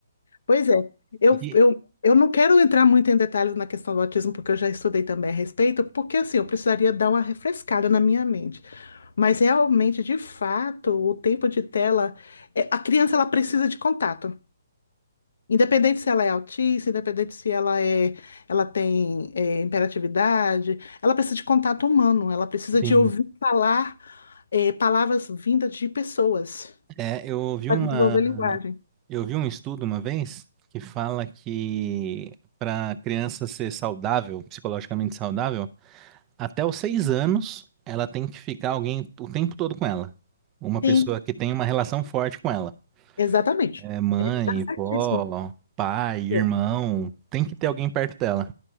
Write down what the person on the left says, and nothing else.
Pois é, eu,
eu, eu não quero entrar muito em detalhes na questão do autismo, porque eu já estudei também a respeito, porque assim, eu precisaria dar uma refrescada na minha mente. Mas realmente, de fato, o tempo de tela, é- a criança ela precisa de contato. Independente se ela é autista, independente se ela é, ela tem é, hiperatividade, ela precisa de contato humano, ela precisa
de ouvir falar é, palavras vindas de pessoas
para
desenvolver linguagem.
Sim,
exatamente.
Tá certíssimo.
É.